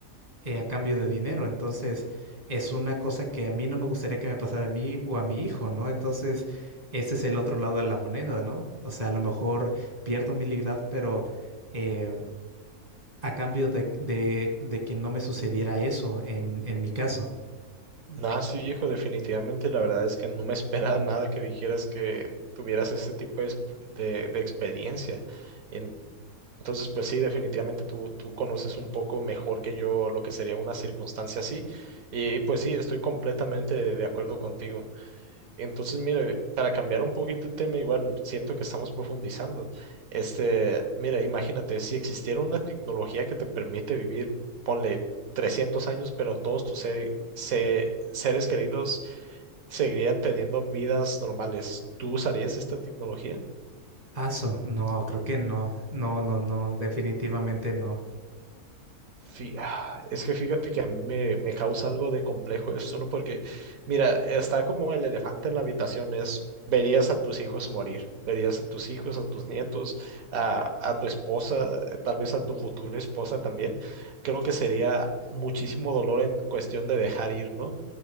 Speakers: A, on the right (about 25°); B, on the right (about 70°).
A: eh, a cambio de dinero, entonces es una cosa que a mí no me gustaría que me pasara a mí o a mi hijo, ¿no? Entonces, ese es el otro lado de la moneda, ¿no? O sea, a lo mejor pierdo mi libertad, pero... eh, a cambio de, de, de que no me sucediera eso en, en mi caso.
B: Nada, sí, viejo, definitivamente la verdad es que no me <laughs> esperaba nada que dijeras que tuvieras este tipo de, exp- de- de experiencia. En- Entonces, pues sí, definitivamente tú, tú conoces un poco mejor que yo lo que sería una circunstancia así. Y, pues sí, estoy completamente de de acuerdo contigo. Entonces, mire, para cambiar un poquito el tema, igual siento que estamos profundizando. Este, mira, imagínate, si existiera una tecnología que te permite vivir, ponle 300 años, pero todos tus se- se- seres queridos seguirían teniendo vidas normales, ¿tú usarías esta tecnología?
A: Paso, no, creo que no, no, no, no, definitivamente no.
B: Fí- ah, Es que fíjate que a mí me, me causa algo de complejo esto, ¿no? Porque, mira, está como el elefante en la habitación, es, verías a tus hijos morir, verías a tus hijos, a tus nietos, a, a tu esposa, eh, tal vez a tu futura esposa también. Creo que sería muchísimo dolor en cuestión de dejar ir, ¿no?